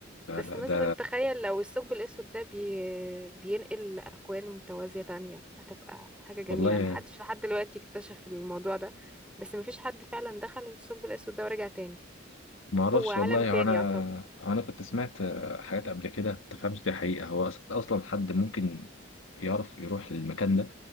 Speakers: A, on the left (about 75°); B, in the centre.
A: لا
B: بس
A: لا
B: مثلا
A: ده
B: تخيل لو الثقب الأسود ده بي... بينقل أكوان متوازية تانية هتبقى حاجة جميلة
A: والله
B: محدش لحد دلوقتي اكتشف الموضوع ده بس مفيش حد فعلا دخل الثقب الأسود ده ورجع تاني
A: ما أعرفش
B: هو عالم
A: والله
B: تاني
A: هو أنا
B: يعتبر
A: هو أنا كنت سمعت آه، حاجات قبل كده ما تفهمش دي حقيقة هو أص- أصلا حد ممكن يعرف يروح للمكان ده